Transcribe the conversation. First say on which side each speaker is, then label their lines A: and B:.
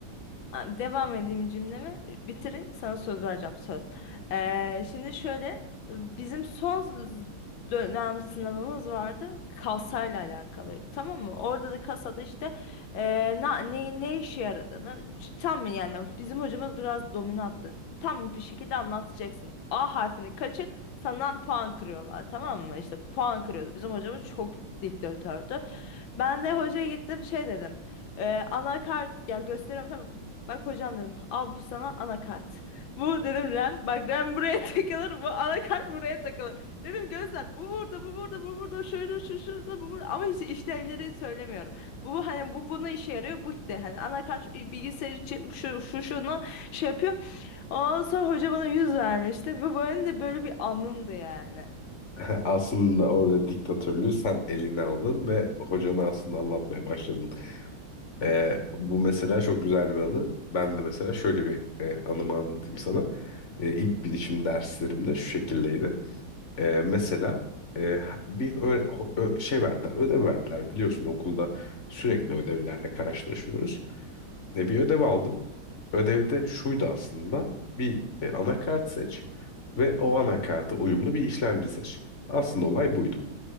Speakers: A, on the left; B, on the left.
A: Am- Devam edeyim cümlemi bitireyim sana söz vereceğim söz. Ee, şimdi şöyle bizim son z- dönem sınavımız vardı kasayla alakalıydı tamam mı? Orada da kasada işte e, na, ne, ne işe yaradığını tam mı yani bizim hocamız biraz dominanttı. Tam bir şekilde anlatacaksın. A harfini kaçır senden puan kırıyorlar tamam mı? İşte puan kırıyordu bizim hocamız çok diktatördü. Ben de hocaya gittim şey dedim. E, anakart ya gösteriyorum tamam Bak hocam dedim al bu sana anakart. Bu dedim RAM. Bak RAM buraya <laughs> takılır. Bu anakart buraya takılır. Dedim gözler bu burada bu burada bu burada şöyle şu şurada bu burada. Ama hiç işlevleri söylemiyorum. Bu hani bu buna işe yarıyor. Bu de hani anakart bilgisayar için şu şu şunu şey yapıyor. Ondan sonra hoca bana yüz vermişti. Ve benim de böyle bir anımdı yani.
B: <laughs> Aslında orada diktatörlüğü sen eline aldın ve hocanı aslında anlatmaya başladın. E, bu mesela çok güzel bir anı. Ben de mesela şöyle bir e, anımı anlatayım sana. E, ilk bilişim derslerimde şu şekildeydi. Ee, mesela e, bir ö- ö- şey verdiler, ödev verdiler biliyorsun okulda sürekli
A: Hı hı.
B: ödevlerle karşılaşıyoruz. E, bir ödev aldım. Ödevi de şuydu aslında. Bir e, anakart seç ve o anakarta uyumlu bir işlemci seç. Aslında olay buydu.